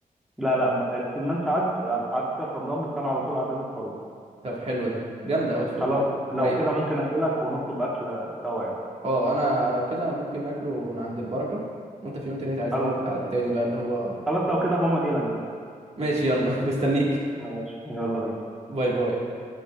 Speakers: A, in the centre; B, on the right.
A: لا لا ب- السمان ساعات قعدت فيها في رمضان بس انا على طول عدت فاروق
B: طب حلو ده جامدة قهوة فاروق
A: خلاص
B: دي
A: لو
B: رايقة
A: كده ممكن اجي لك ونطلب اكله سوا يعني
B: اه انا لو كده ممكن ناكله من عند البركة وانت في يوم تاني تعزمني
A: خلاص
B: على التاني بقى اللي هو
A: خلاص لو كده هقوم اجي لك دلوقتي
B: ماشي يلا <laughs> مستنيك
A: ماشي يلا بينا
B: باي باي